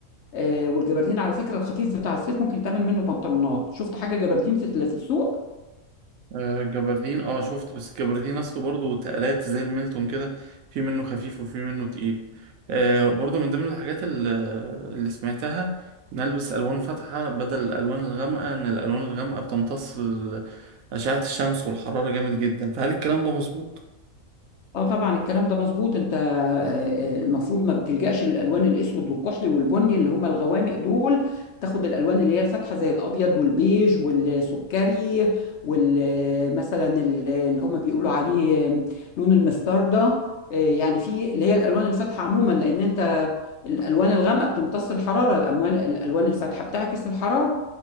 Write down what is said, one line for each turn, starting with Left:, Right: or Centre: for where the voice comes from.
Left: آه، والجبردين على فكرة الخفيف بتاع الصيف ممكن يتعمل منه بنطلونات شفت حاجة جبردين في في السوق
Right: آه، جبردين اه شفت بس جبردين اصله برضه تقلات زي الميلتون كده في منه خفيف وفي منه تقيل آه، برضه من ضمن الحاجات ال- اللي سمعتها نلبس الوان فاتحه بدل الالوان الغامقه ان الالوان الغامقه بتمتص ال- اشعه الشمس والحراره جامد جدا فهل الكلام ده مظبوط
Left: اه طبعا الكلام ده مظبوط انت آه، آه، المفروض ما بتلجأش للالوان الاسود والكحلي والبني اللي هم الغوامق دول تاخد الالوان اللي هي الفاتحه زي الابيض والبيج والسكري والمثلا اللي هم بيقولوا عليه آم، لون المستردة آه، يعني في اللي هي الالوان الفاتحه عموما لان انت الالوان الغامقه بتمتص الحراره الاموال الالوان الفاتحه بتعكس الحراره